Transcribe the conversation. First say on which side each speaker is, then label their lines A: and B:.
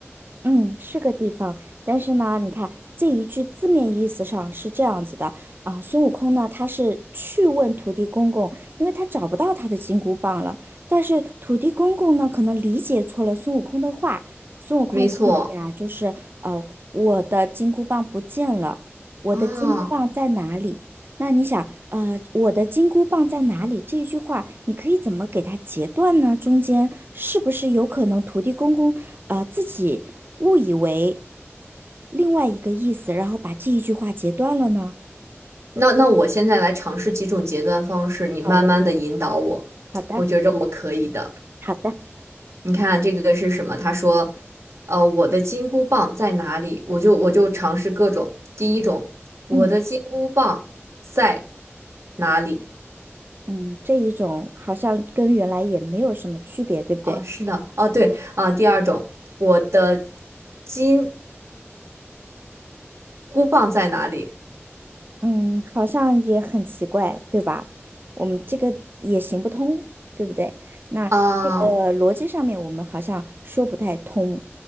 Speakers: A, on the right; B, on the right.
A: 嗯，是个地方，但是呢，你看这一句字面意思上是这样子的啊，孙悟空呢，他是去问土地公公，因为他找不到他的金箍棒了。但是土地公公呢，可能理解错了孙悟空的话，孙悟空问的呀，
B: 没错
A: 就是呃，我的金箍棒不见了，我的金箍棒在哪里？
B: 啊。
A: 那你想，呃，我的金箍棒在哪里？这一句话，你可以怎么给它截断呢？中间是不是有可能土地公公？呃自己误以为另外一个意思，然后把这一句话截断了呢？
B: 那那我现在来尝试几种截断方式，你慢慢的引导我，
A: 好嘞，好的，
B: 我觉着我可以的。
A: 好的，
B: 你看这个是什么？他说，呃，我的金箍棒在哪里？我就我就尝试各种。第一种，我的金箍棒在
A: 嗯
B: 哪里？
A: 嗯，这一种好像跟原来也没有什么区别，对不对？
B: 啊，是的，哦，对啊。第二种，我的金箍棒在哪里？
A: 嗯，好像也很奇怪，对吧？我们这个也行不通，对不对？那这个逻辑上面我们好像说不太通。
B: 啊，